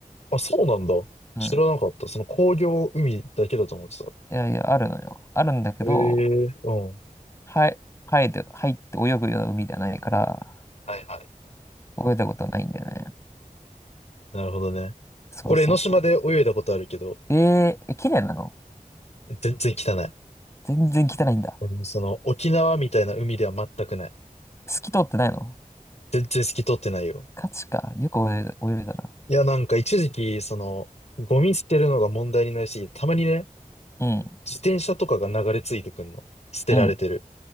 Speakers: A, on the left; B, on the left.
A: あ、そうなんだ。
B: うん。
A: 知らなかった。その工業海だけだと思ってた。
B: いやいや、あるのよ。あるんだけど、
A: ええうん。は
B: はい、入る、入って泳ぐような海ではないから、
A: いはい。
B: 泳いだことはないんだよね。
A: なるほどね。
B: そうそうそう。
A: 俺、江ノ島で泳いだことあるけど、
B: えー、え、綺麗なの
A: 全然汚い。
B: 全然汚いんだ。
A: うんその、沖縄みたいな海では全くない。
B: 透き通ってないの
A: 全然透き通ってないよ。
B: ガチか。よく泳い、泳いだな。
A: いや、なんか一時期、その、ゴミ捨てるのが問題になりすぎて、たまにね、
B: うん、
A: 自転車とかが流れ着いてくんの。捨てられてる。
B: うん、